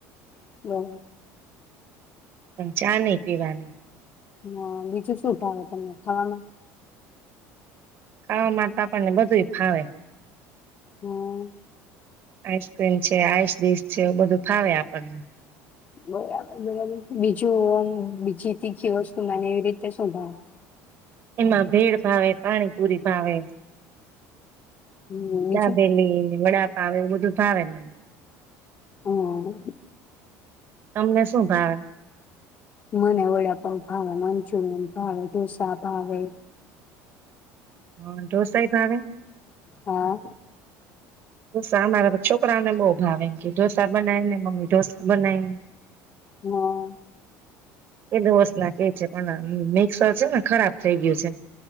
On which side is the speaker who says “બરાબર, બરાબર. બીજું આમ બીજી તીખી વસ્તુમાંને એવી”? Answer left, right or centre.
Left